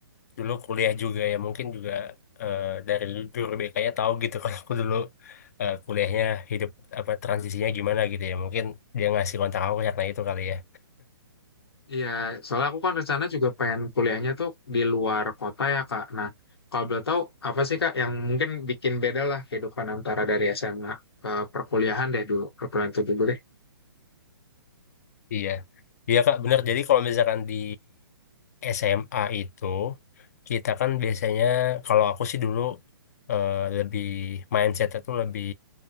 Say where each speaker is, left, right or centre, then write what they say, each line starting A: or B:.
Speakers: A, on the left; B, on the left.
A: dulu kuliah juga ya, mungkin juga eh, dari guru BK-nya tahu gitu <laughs> kalau aku dulu eh, kuliahnya hidup apa transisinya gimana gitu ya. Mungkin dia ngasih kontak aku karena itu kali ya.
B: Iya, soalnya aku kan rencana juga pengen kuliahnya tuh di luar kota ya, Kak. Nah, kalau boleh tahu apa sih, Kak, yang mungkin bikin beda lah kehidupan antara dari SMA ke perkuliahan deh dulu, perkuliahan itu dulu deh.
A: Iya, iya Kak, benar. Jadi kalau misalkan di SMA itu kita kan biasanya kalau aku sih dulu eh, lebih mindsetnya tuh lebih